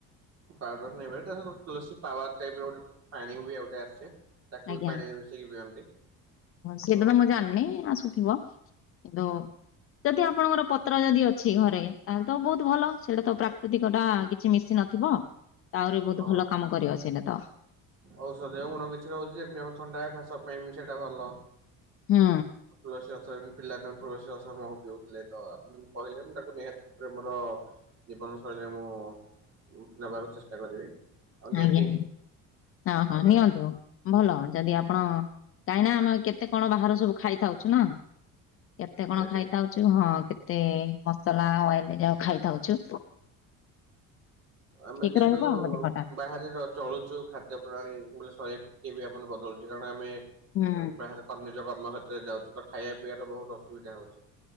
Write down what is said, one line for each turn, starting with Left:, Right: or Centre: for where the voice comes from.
Right: ପାଉଡର ନେବେ ତା ସହିତ ତୁଲସୀ ପାୱାର ଟାଇପରେ ଗୋଟେ ପାଣି ବି ଆଉ ଗୋଟେ ଆସେ। ତାକୁ
Left: ଆଜ୍ଞା
Right: ବି ପାଣିରେ ମିଶେଇକି ପିଅନ୍ତି
Left: ସେଇଟାତ
Right: ତ
Left: ମୁଁ ଜାଣିନି ଆସୁଥିବ। ହେଦୁ ଯଦି ଆପଣଙ୍କର ପତ୍ର ଯଦି ଅଛି ଘରେ ତାହେଲେ ତ ବହୁତ ଭଲ ସେଇଟା ତ ପ୍ରାକୃତିକ ଟା କିଛି ମିଶି ନଥିବ। ଆହୁରି ବୋହୁତ
Right: ହଁ
Left: ଭଲ କାମ କରିବ ସେଇଟା ତ।
Right: ଔଷଧୀୟ ଗୁଣ କିଛି ରହୁଛି ଯେମିତି ଆମ ଥଣ୍ଡା ଖାସ ପାଇଁ ବି ସେଇଟା ଭଲ।
Left: ହୁଁ
Right: ତୁଳସୀ ଗଛ ଏମ ପିଲାଦିନୁ ତୁଳସୀ ରସ ମୋହୁ ପିଉଥିଲେ ତ ଆପଣ ଯେମତି କହିଲେ ମୁ ତାକୁ ନିହାତି ମୋର ଜୀବନ ଶୈଳୀରେ ମୁଁ ନେବାକୁ ଚେଷ୍ଟା କରିବି ଆଉ ନେବି
Left: ଆଜ୍ଞା
Right: ହିଁ।
Left: ହଁ
Right: ଧନ୍ୟବାଦ
Left: ହଁ ନିଅନ୍ତୁ ଭଲ ଯଦି ଆପଣ କାହିଁ ନା ଆମେ କେତେ କଣ ବାହାରୁ ସବୁ ଖାଇଥାଉଛୁ ନା କେତେ କଣ
Right: ଆଜ୍ଞା।
Left: ଖାଇଥାଉ। ଚୁ ହଁ କେତେ ମସଲା ଅଏଲ ଯା ଖାଇଥାଉଛୁ।
Right: ଆମେ
Left: ଠିକ
Right: ଯେହେତୁ
Left: ରହିବ ଆଉ ଦେହଟା
Right: ବାହାରେ ର ଚଳୁଚୁ ଖା ପ୍ରଣାଳୀ ଶୈଳୀ ଟିକେ ବି ଆମ ବଦଳଉୁଛି କାରଣ ଆମେ ଏ
Left: ହୁଁ
Right: ବାହା ତ ନିଜ କର୍ମ କ୍ରମକ୍ଷତ୍ରରେ ଯାଉଛି ତ ଖାଇବା ପଇବାର ବହୁତ ଅସୁବିଧା ହଉଛି।